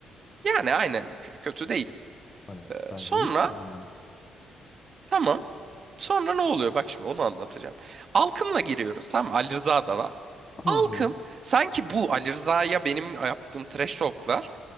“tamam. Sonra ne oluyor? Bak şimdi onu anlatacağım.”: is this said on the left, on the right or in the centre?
Right